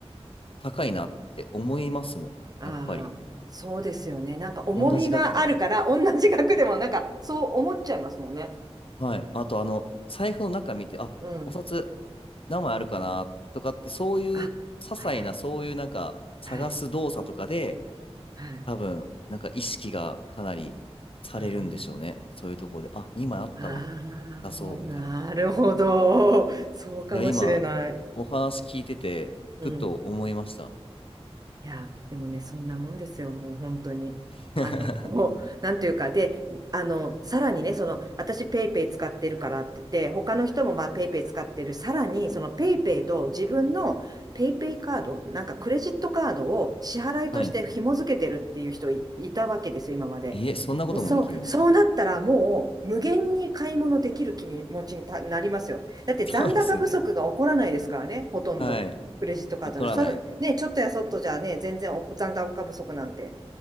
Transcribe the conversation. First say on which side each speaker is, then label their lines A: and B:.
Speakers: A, on the left (about 60°); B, on the right (about 35°).
A: 高いなって思いますもん。
B: うん。ああ、
A: やっぱり。
B: そうですよね。なんか重みがあるから、
A: 同じ額でも。
B: 同じ額でもなんかそう思っちゃいますもんね。
A: はい。あとあの、財布の中見て、あ、
B: うん。
A: お札何枚あるかなとかって、そういう些細なそういうなんか探す動作とかで、
B: あ、はいはい。はい。はい。
A: 多分、なんか意識がかなりされるんでしょうね。
B: あ
A: そういうところで、あ、2枚あったわ。
B: あー、
A: 出そう、みたいな。
B: なるほど。そうかもしれない。
A: いや、今、お話聞いてて、
B: うん。
A: ふと思いました。
B: いや、でもね、そんなもんですよ、もう本当に。
A: <laughs>
B: あの、もうなんていうか、で、あの、さらにね、その、私、ペイペイ使ってるからって言って、他の人もまあ、ペイペイ使ってる、さらに、その、ペイペイと自分のペイペイカード、なんかクレジットカードを支払いとして紐付けてるっていう人い、
A: はい。
B: いたわけですよ、今まで。
A: え、そんなこともできるんですね。
B: もう、そう、そうなったら、もう、無限に買い物できる気持ちにたなりますよ。だって、
A: そうですよね。
B: 残高不足が起こらないですからね、ほとんど。
A: はい。
B: クレジットカードな、
A: 怒らない。
B: そん、ね、ちょっとやそっとじゃね、全然お残高不足なんて